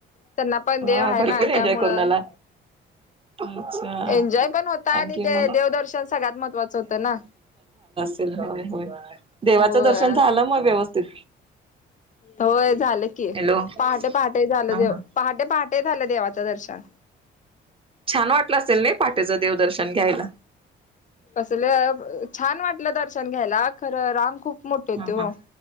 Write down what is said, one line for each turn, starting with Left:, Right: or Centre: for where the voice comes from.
Left: त्यांना पण
Right: हा
Left: देव आहे
Right: भरपूर
Left: ना त्यामुळं.
Right: एन्जॉय करून आला अच्छा
Left: एन्जॉय पण होता,
Right: आणखी
Left: आणि ते
Right: मग
Left: देवदर्शन सगळ्यात महत्वाचं होतं ना.
Right: तिला होय, देवाचं
Left: होय
Right: दर्शन झालं म व्यवस्थित?
Left: होय झालं की
Right: हॅलो ह
Left: पहाटे पहाटे झालं जेव
Right: ह
Left: पहाटे पहाटे झालं देवाचं दर्शन.
Right: छान वाटलं असेल नाही पाहंटेचं देवदर्शन घ्यायला.
Left: असल छान वाटलं दर्शन घ्यायला खरं रांग खूप खप मोटी होती
Right: ह
Left: हो
Right: ह